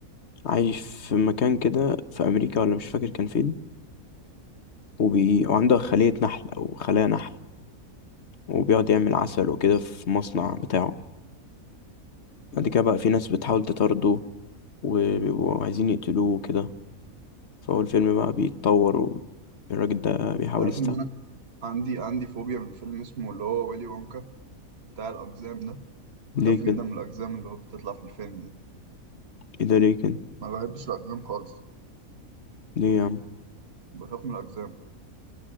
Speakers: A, on the left (about 50°); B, on the right (about 45°).
A: عايش في مكان كده في امريكا ولا مش فاكر كان فين وبي... وعنده خلية نحل أو خلايا نحل وبيقعد يعمل عسل وكده في مصنع بتاعه بعد كده بقى في ناس بتحاول تطارده وبيبقوا عايزين يقتلوه وكده فهو الفيلم بقى بيتطور والراجل ده بيحاول
B: أنت عارف
A: يستهبل
B: إن عندي عندي فوبيا من فيلم اسمه اللي هو ويلي وونكا بتاع الأقزام ده
A: ليه
B: بخاف جدا
A: كده؟
B: من الأقزام اللي هو بتطلع في الفيلم دي
A: ايه ده ليه كده؟
B: ما بحبش الأقزام خالص
A: ليه يا عم؟
B: بخاف من الأقزام